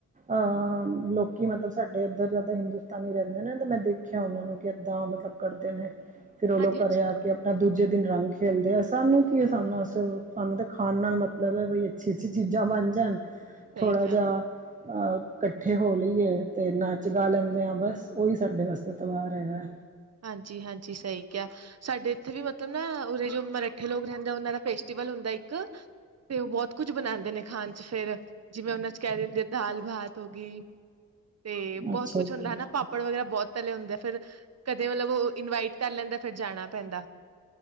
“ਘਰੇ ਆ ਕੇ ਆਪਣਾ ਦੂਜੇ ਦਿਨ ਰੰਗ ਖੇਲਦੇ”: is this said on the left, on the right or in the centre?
Right